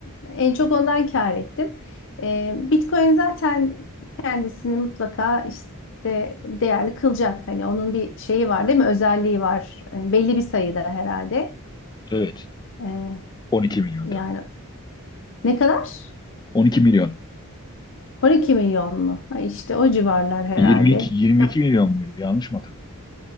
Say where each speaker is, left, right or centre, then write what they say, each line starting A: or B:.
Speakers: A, on the left; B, on the left.
A: en çok ondan kâr ettim. Ee, Bitcoin zaten kendisini mutlaka işte değerli kılacak. Hani onun bir şeyi var değil mi? Özelliği var. Ee, belli bir sayıda herhalde.
B: Evet.
A: Ee,
B: 12 milyonda.
A: yani ne kadar?
B: 12 milyon.
A: 12 milyon mu? Ha, işte o civarlar herhalde.
B: 22 22
A: Ya,
B: milyon muydu? Yanlış mı hatırladım?